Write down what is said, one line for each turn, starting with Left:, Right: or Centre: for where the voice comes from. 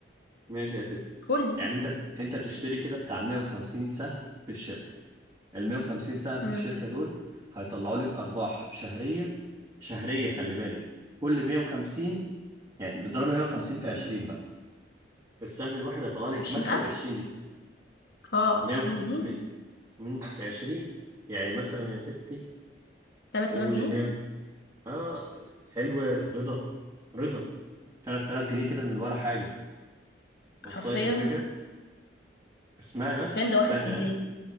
Right: ماشي يا ستي
Left: قول لي
Right: يعني انت انت تشتري كده بتاع 150 سهم في الشركه ال 150 سهم في
Left: امم
Right: الشركه دول هيطلعوا لك ارباح شهريه شهريه خلي بالك كل 150 يعني بتضرب 150 في 20 بقى السهم الواحد هيطلع لك
Left: 20000
Right: مكسب 20 جنيه
Left: اه
Right: 100
Left: 20
Right: وخ...
Left: جنيه
Right: م... م- 20 يعني مثلا يا ستي
Left: 3000
Right: قولي
Left: جنيه
Right: 100 اه حلو يا رضا رضا 3000 جنيه كده من ولا حاجه واصله
Left: حرفيا
Right: لك الفكره اسمعي بس
Left: حرفيا ده
Right: اسمعي
Left: 1%
Right: كلام